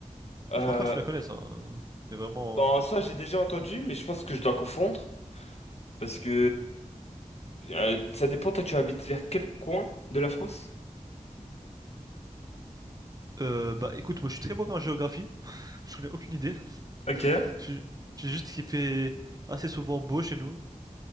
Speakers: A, on the left; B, on the right.
A: Euh,
B: Bah, je pense pas que tu la connaisses, hein. Mais vraiment.
A: bon, ça, j'ai déjà entendu, mais je pense que je dois confondre. Parce que. euh, euh, ça dépend, toi, tu habites vers quel coin de la France?
B: Euh, bah écoute, moi je suis très mauvais en géographie. <laughs> Je connais aucune idée.
A: Ok.
B: J'ai j'ai juste qu'il fait assez souvent beau chez nous.